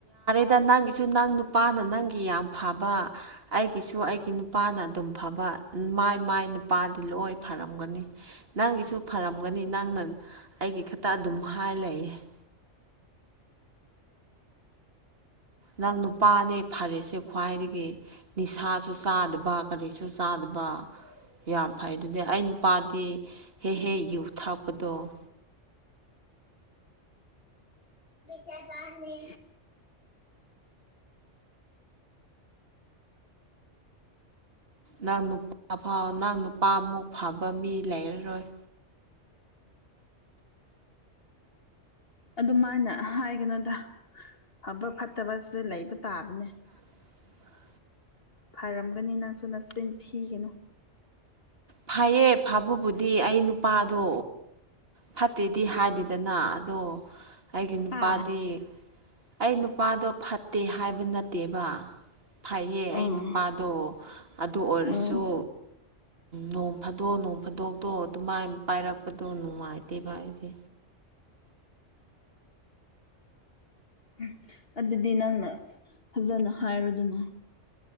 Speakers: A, on the right; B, on the left.
A: ꯑꯗ ꯅꯪꯒꯤꯁꯨ ꯅꯪ ꯅꯨꯄꯥꯅ ꯅꯪꯒꯤ ꯌꯥꯝ ꯐꯕ ꯑꯩꯒꯤꯁꯨ ꯑꯩꯒꯤ ꯅꯨꯄꯥꯅ ꯑꯗꯨꯝ ꯐꯕ ꯃꯥꯏ ꯃꯥꯏ ꯅꯨꯄꯥꯗꯤ ꯂꯣꯏ ꯐꯔꯝꯒꯅꯤ ꯅꯪꯒꯤꯁꯨ ꯐꯔꯝꯒꯅꯤ ꯅꯪꯅ ꯑꯩꯒꯤ ꯈꯛꯇ ꯑꯗꯨꯝ ꯍꯥꯏ ꯂꯩꯌꯦ <inaudible> ꯅꯪ ꯅꯨꯄꯥꯅꯦ ꯐꯔꯦꯁꯦ ꯈ꯭ꯋꯥꯏꯗꯒꯤ ꯅꯤꯁꯥꯁꯨ ꯆꯥꯗꯕ ꯀꯔꯤꯁꯨ ꯆꯥꯗꯕ ꯋꯥꯕꯥ ꯌꯥꯝ ꯐꯩ ꯑꯗꯨꯗꯤ ꯑꯩ ꯅꯨꯄꯥꯗꯤ ꯍꯦ ꯍꯦ ꯌꯨ ꯊꯥꯛꯄꯗꯣ <inaudible>
B: ꯇ ꯇꯅꯤ
A: ꯅꯪ ꯅꯨꯄꯥ ꯐꯥꯎ ꯅꯪ ꯅꯨꯄꯥ ꯑꯃꯨꯛ ꯐꯕ ꯃꯤ ꯂꯩꯔꯔꯣꯏ
B: ꯑꯗꯨꯃꯥꯏꯅ ꯍꯥꯏꯒꯅꯣꯗ ꯑꯕ ꯐꯠꯇꯕꯁꯦ ꯂꯩꯕ ꯇꯥꯕꯅꯦ
A: <inaudible>
B: ꯐꯔꯝꯒꯅꯤ ꯅꯪꯁꯨ ꯅ ꯆꯤꯟꯊꯤꯒꯅꯨ
A: ꯐꯩꯌꯦ ꯐꯥꯕꯕꯨꯗꯤ ꯑꯩ ꯅꯨꯄꯥꯗꯣ ꯐꯠꯇꯦꯗꯤ ꯍꯥꯏꯗꯦꯗꯅ ꯑꯗꯣ ꯑꯩꯒꯤ ꯅꯨꯄꯥꯗꯤ
B: ꯍꯥ
A: ꯑꯩ ꯅꯨꯄꯥꯗꯣ ꯐꯠꯇꯦ ꯍꯥꯏꯕ ꯅꯠꯇꯦꯕ ꯐꯩꯌꯦ
B: ꯎꯝ
A: ꯑꯩ ꯅꯨꯄꯥꯗꯣ ꯑꯗꯨ ꯑꯣꯏꯔꯁꯨ
B: ꯎꯝ
A: ꯅ ꯐꯥꯗꯣꯛ ꯅꯅꯨꯡ ꯐꯥꯗꯣꯛꯇꯣ ꯑꯗꯨꯃꯥꯏꯅ ꯄꯥꯏꯔꯛꯄꯗꯣ ꯅꯨꯡꯉꯥꯏꯇꯦꯕ ꯍꯥꯏꯗꯤ
B: ꯎꯝ ꯑꯗꯨꯗꯤ ꯅꯪꯅ ꯐꯖꯅ ꯍꯥꯏꯔꯨꯗꯅ